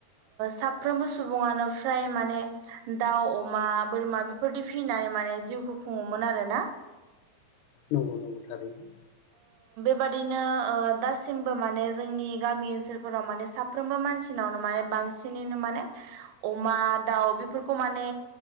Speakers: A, on the right; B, on the left.
A: साफ्रोमबो सुबुङानो फ्राय माने दाउ अमा बोरमा बेफोरदि फिनानै माने जिउखौ खुङोमोन आरोना।
B: नंगौ नंगौ थारैनो,
A: बेबायदिनो दासिमबो माने जोंनि गामि ओनसोलफोराव माने साफ्रोमबो मानसिनावनो माने बांसिनैनो माने अमा दाउ बेफोरखौ माने